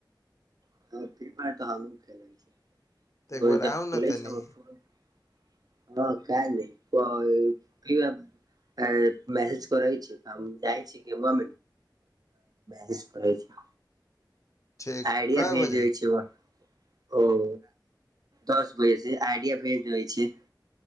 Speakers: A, on the right; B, on the left.
A: <inaudible>
B: तऽ एक बार आउ ने तनि
A: हँ <inaudible> अ मैसेज करै छै तऽ हम जाइ छी कि म <inaudible> करै छै
B: ठीक
A: आइडिया
B: कए
A: भेज
B: बजे
A: देबै छिय ओ। ओ दस बजे से आइडिया भेज देबै छी